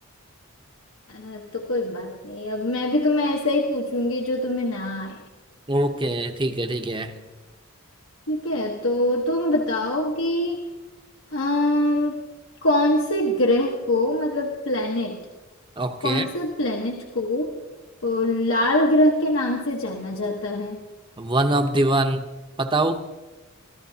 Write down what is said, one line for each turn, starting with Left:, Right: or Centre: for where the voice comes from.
Left: अ, तो कोई बात नहीं अब मैं भी तुम्हें ऐसा ही पूछूंगी जो तुम्हें ना आए
Right: <laughs> ओके ठीक है ठीक है
Left: ठीक है तो तुम बताओ कि अम, कौन से ग्रह को मतलब प्लेनेट
Right: Okay
Left: कौन से प्लेनेट को अ, लाल ग्रह के नाम से जाना जाता है
Right: one of the one बताओ